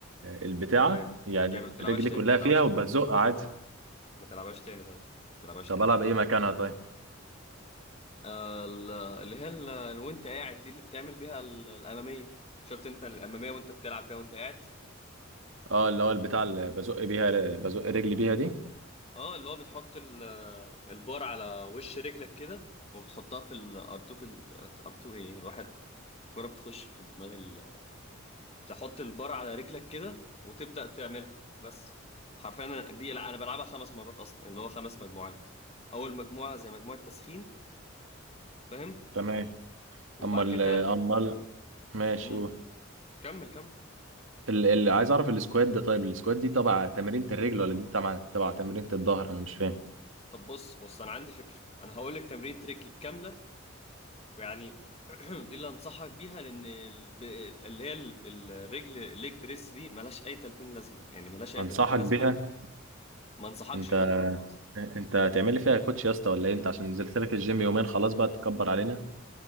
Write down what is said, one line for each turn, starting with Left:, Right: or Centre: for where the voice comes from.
Right: البتاعة
Left: أيوة
Right: يعني
Left: تعمل تلعبهاش
Right: رجلي
Left: تاني
Right: كلها
Left: ما تلعبهاش
Right: فيها وبزق
Left: تاني
Right: عادي
Left: ما تلعبهاش تاني طيب ما تلعبهاش
Right: طب
Left: تاني
Right: ألعب إيه مكانها طيب
Left: آه، ال- اللي هي ال- وأنت قاعد دي اللي بتعمل بيها ال- الأمامية شفت أنت الأمامية وأنت بتلعب بيها وأنت قاعد
Right: اه اللي هو البتاع اللي بزق بيها بزق رجلي بيها دي
Left: اه اللي هو بتحط ال- البار على وش رجلك كده وبتحطها في الارتو في الارتو ايه الواحد كرة بتخش في دماغ ال... تحط البار على رجلك كده وتبدأ تعملها بس حرفيا أنا- دي لا انا بلعبها خمس مرات اصلا اللي هو خمس مجموعات اول مجموعة زي مجموعة تسخين فاهم
Right: تمام
Left: وبعد
Right: أما ال
Left: كده
Right: أما
Left: تلات
Right: ال- ماشي
Left: امم
Right: قول.
Left: كمل كمل
Right: ال- اللي عايز أعرف السكوات ده طيب السكوات دي تبع تمرينة الرجل ولا دي تبع تبع تمرينة الظهر أنا مش فاهم
Left: طب بص بص انا عندي فكرة انا هقول لك تمرينة رجلي كاملة ويعني <clears throat> دي اللي انصحك بيها لان ال- ب- اللي هي ال- الرجل الليج بريس دي ملهاش اي 30 لازمه يعني ملهاش اي
Right: أنصحك
Left: 30 لازمه
Right: بيها
Left: ما انصحكش
Right: أنت
Left: بيها لا مؤاخذه
Right: أنت هتعمل لي فيها كوتش يا اسطى ولا إيه أنت عشان نزلت لك الجيم يومين خلاص بقى تكبر علينا